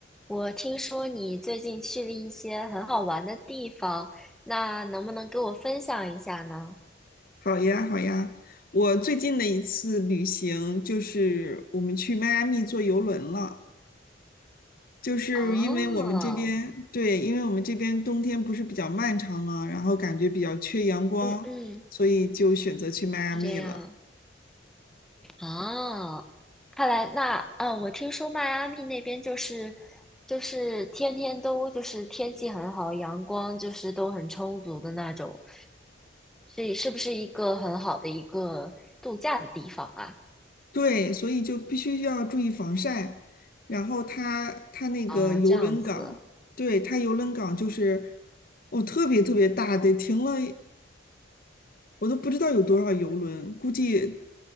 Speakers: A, in the centre; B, on the left (about 50°).
A: 我听说你最近去了一些很好玩的地方，那能不能给我分享一下呢？
B: 好呀，好呀。我最近的一次旅行就是我们去迈阿密坐游轮了，就是因为我们这边，
A: 哦，
B: 对，因为我们这边冬天不是比较漫长嘛，然后感觉比较缺阳光，
A: 嗯嗯，
B: 所以就选择去迈阿密了。
A: 是这样。哦，看来那啊，我听说迈阿密那边就是就是天天都就是天气很好，阳光就是都很充足的那种，是是不是一个很好的一个度假的地方啊？
B: 对，所以就必须要注意防晒。然后它它那个游轮港，
A: 啊，这样子。
B: 对，它游轮港就是哦，特别特别大，得停了我都不知道有多少游轮，估计